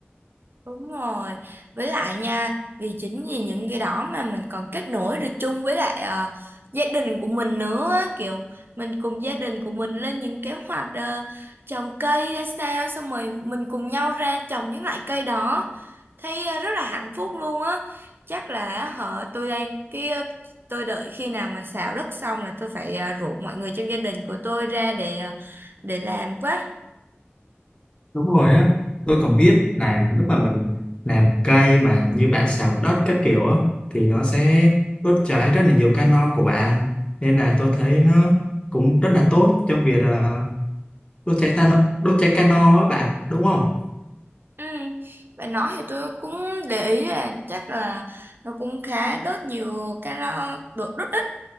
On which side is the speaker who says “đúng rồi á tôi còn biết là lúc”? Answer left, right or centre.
Left